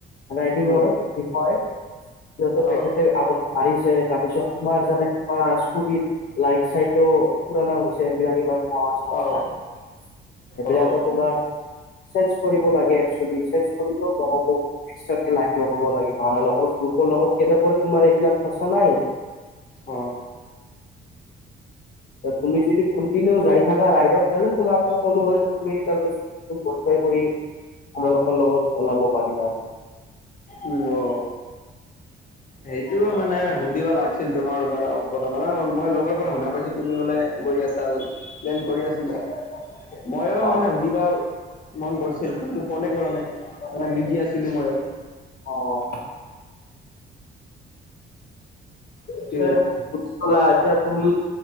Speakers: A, on the left; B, on the left.
A: ৰাইডিঙৰ
B: উম,
A: বিষয়ে। সিহঁত তেখেতে
B: অ',
A: আগত মাৰিছে, তাৰপিছত তোমাৰ জানে বা স্কুটিত লাইট চাইটো পুৰণা হৈছে। সেবিলাক ইমান <unintelligible> সেইবিলাকো
B: অ', অ',
A: তোমাৰ চেঞ্জ কৰিব লাগে এক চুৱেলি। চেঞ্জ কৰিবও নহ'ব। এক্সট্ৰাকে লাগিব কব লাগিব। আমাৰ লগৰ গ্ৰুপৰ লগত কেলে কৰ তোমাৰ এইবিলাক ফচা নাই?
B: অ',
A: তুমি যদি কন্টিনিউ যাই থাকা ৰাইডত তেলে তোমাক মই ক'লো হয় যে, তুমি মদিফাই কৰি আমালোকৰ লগত ওলাব পাৰিবা।
B: উম, অ। সেইটো মানে সুধিবা লাগিছিল। তোমাৰ মানে মানে মই লগৰ পৰা শুনা পাইছো, তুমি বোলে গৈ আছা চা বোলে। প্লেন কৰি আছিলা? মইও
A: অ
B: মানে সুধিবও মন কৰিছিল কিন্তু ফোনে কৰা নাই। মানে বিজি আছিলো মইও।
A: অহ ঠিক
B: সেইটোৱে।
A: আছে। বুজি পালা, এতিয়া তুমি